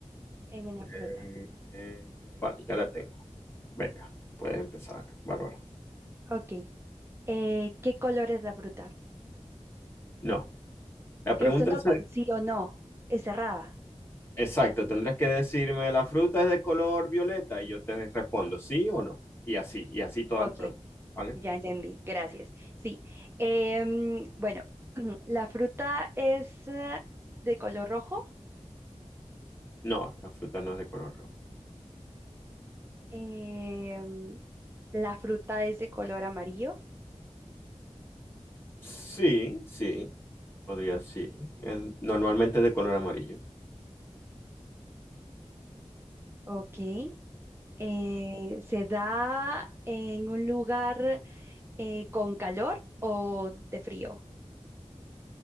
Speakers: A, on the right (about 20°); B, on the left (about 20°).
A: en una
B: Eh,
A: fruta.
B: eh, vale, ya la tengo. Venga, puedes empezar, Bárbara.
A: Ok, eh, ¿qué color es la fruta?
B: No. La pregunta
A: Eso no
B: es,
A: con sí o no, es cerrada.
B: exacto, tendrás que decirme, ¿la fruta es de color violeta? Y yo te respondo, ¿sí o no? Y así, y así todas
A: Ok,
B: las preguntas, ¿vale?
A: ya entendí, gracias. Sí, em, bueno, <clears throat> la fruta es eh, de color rojo,
B: No, la fruta no es de color rojo.
A: em, la fruta es de color amarillo.
B: Sí, sí, podría, sí.
A: Sí.
B: Es- normalmente es de color amarillo.
A: Ok, eh, se da en un lugar eh, con calor o de frío